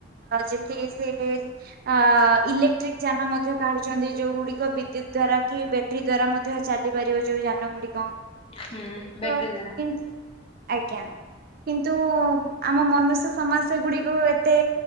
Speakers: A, on the right; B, on the left.
A: ଯେମିତି ସେ ଅ ଲେ ଯାନ ମଧ୍ୟ କାଢୁଛନ୍ତି ଯୋଉ ଗୁଡିକ ବିଦ୍ୟୁତ ଦ୍ଵାରା କି ବ୍ୟାଟେରୀ ଦ୍ଵାରା ମଧ୍ୟ ଚାଲି ପାରିବ ଯୋଉ ଯାନ ଗୁଡିକ।
B: ହୁଁ ବ୍ୟାଟେରୀ
A: କି
B: ଦ୍ଵାରା
A: ଆଜ୍ଞା। କିନ୍ତୁ ଆମ ମନୁଷ୍ୟ ସମାଜ ସେଗୁଡିକୁ ଏତେ